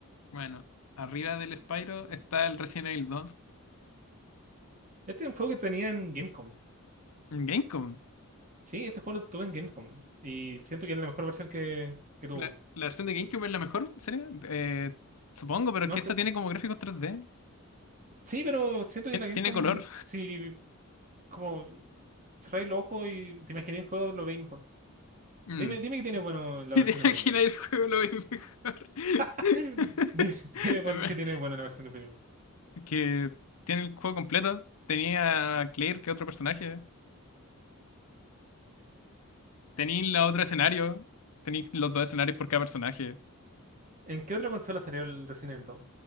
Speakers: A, on the left; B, on the right.
A: Bueno, arriba del Spyro está el Resident Evil 2.
B: Este es un juego que tenía en Gamecom.
A: en Gamecom.
B: Sí, este juego lo tuve en Gamecom. Y siento que es la mejor versión que, que tuvo.
A: La, la versión de GameCube es la mejor, ¿en serio? Eh, supongo, pero es que
B: No
A: esta
B: sé,
A: tiene como gráficos tres d
B: sí, pero siento que
A: Tien-
B: la Gamecom,
A: Tiene color.
B: sí, como cerráis los ojos y te imaginé el juego, lo veis mejor.
A: Mm.
B: Dime, dime qué tiene
A: <laughs>
B: bueno la
A: Y
B: versión
A: de
B: de
A: aquí
B: Play 1.
A: nadie el juego lo ve mejor.
B: <laughs>
A: <laughs>
B: Dime dime cuál,
A: Es ver-
B: qué tiene bueno la versión de Play 1.
A: Que tiene el juego completo. Tenía a Claire, que es otro personaje. Tenía la otro escenario. Tenía los dos escenarios por cada personaje.
B: ¿En qué otra consola salió el Resident Evil 2?